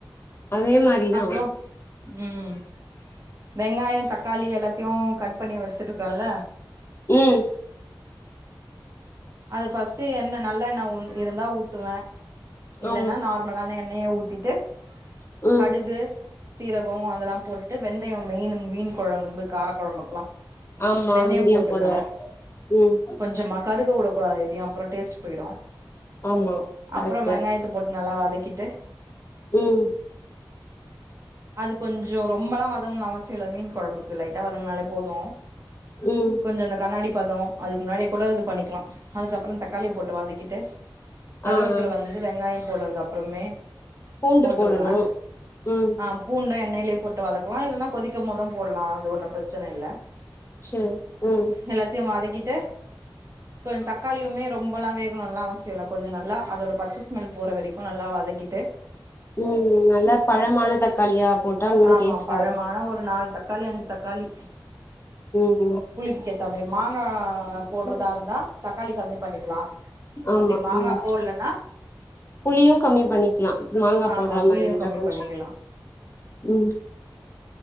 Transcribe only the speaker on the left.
அதே மாரி தா
ம்
ஆமா
ம்
ஆமா
வெந்தியம்
போடுவோ ம்
ஆமா கரெக்ட்டு
ம்
ம்
ஆ ஆ
பூண்டு
போடணு ம்
செரி ம்
ம் நல்லா பழமான தக்காளியா போட்டா ரொம்ப
டேஸ்ட்டா
ருக்
ம் ம்
ம்
ஆமா
ம்
புளியு கம்மி பண்ணிக்கலா மாங்கா
போட்ற மாரி
இந்தா
கொஞ்சு
ம்